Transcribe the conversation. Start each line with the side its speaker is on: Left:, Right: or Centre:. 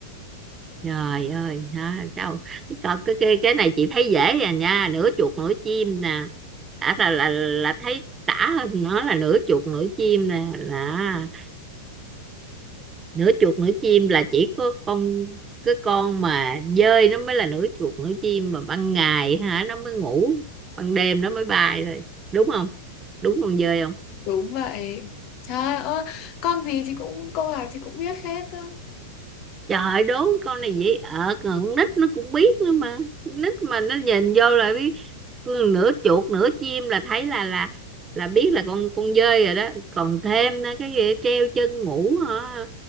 Right: trời ơi đó, câu coi cái, cái cái này chị thấy dễ rồi nha nửa chuột nửa chim nè đã là là là thấy tả hơn nó là nửa chuột nửa chim nè là nửa chuột nửa chim là chỉ có con cái con mà dơi nó mới là nửa chuột nửa chim mà ban ngày hả nó mới ngủ ban đêm nó mới bay thôi đúng không đúng con dơi không
Left: Đúng vậy. Trời ơi, con gì chị cũng câu nào chị cũng biết hết á.
Right: Trời ơi, đố con này dễ ợt rồi con nít nó cũng biết nữa mà con nít mà nó nhìn vô là biết nửa chuột nửa chim là thấy là là là biết là con con dơi rồi đó còn thêm nữa, cái gì treo chân ngủ hả